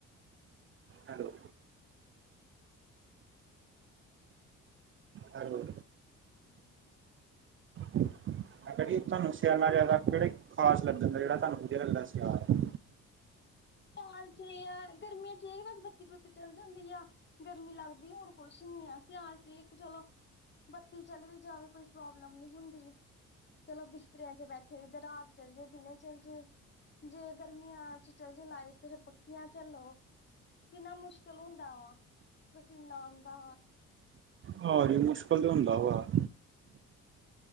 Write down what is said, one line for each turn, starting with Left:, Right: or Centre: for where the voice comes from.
Right: ਹੈਲੋ ਹੈਲੋ
Left: ਹਾਜ
Right: ਮੈਂ ਕਿਹਾ ਜੀ ਤੁਹਾਨੂੰ ਸਿਆਲਾਂ ਜਾਦਾ ਕਿਹੜੇ ਖਾਸ ਲੱਗਨ ਜਿਹੜਾ ਤੁਹਾਨੂੰ ਵਧੀਆ ਲਗਦਾ ਸਿਆਲ਼।
Left: ਸਿਆਲ ਚ ਏ ਆ ਗਰਮੀਆਂ ਚ ਇਹ ਬੱਤੀ-ਬੁੱਤੀ ਚੱਲ ਜਾਂਦੀ ਆ ਗਰਮੀ ਲੱਗ ਵੀ ਹੁਣ ਕੁਛ ਨੀ ਧੀਮਾਨ ਚ ਇੱਕ ਚਲੋ। ਬੱਤੀ ਚਲ ਵੀ ਜਾਵੇ, ਕੋਈ ਪ੍ਰੋਬਲਮ ਨੀ ਹੁੰਦੀ। ਚਲੋ ਬਿਸਤਰਿਆਂ ਚ ਬੈਠੇ, ਇੱਧਰ ਰਾਤ ਚਲ ਜੇ, ਦਿਨੇ ਚੱਲ ਜੇ ਜੇ ਗਰਮੀਆਂ ਚ, ਚੱਲ ਜੇ ਲਾਈਟ ਤੇ ਫਿਰ ਪੱਖੀਆਂ ਚੱਲੋ। ਕਿੰਨਾ ਮੁਸ਼ਕਿਲ ਹੁੰਦਾ ਵਾ, ਪਸੀਨਾ ਆਉਂਦਾ ਵਾ।
Right: ਹਾਜੀ ਮੁਸਕਿਲ ਤੇ ਹੁੰਦਾ ਵਾ